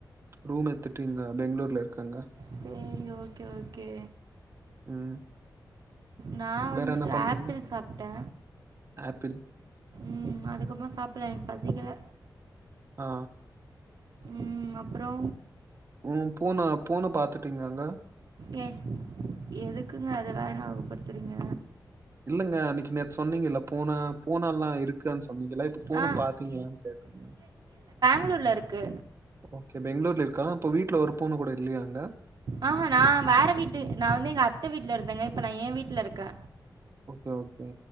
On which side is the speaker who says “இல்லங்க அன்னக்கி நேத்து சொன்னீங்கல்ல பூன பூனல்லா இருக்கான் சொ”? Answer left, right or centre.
Right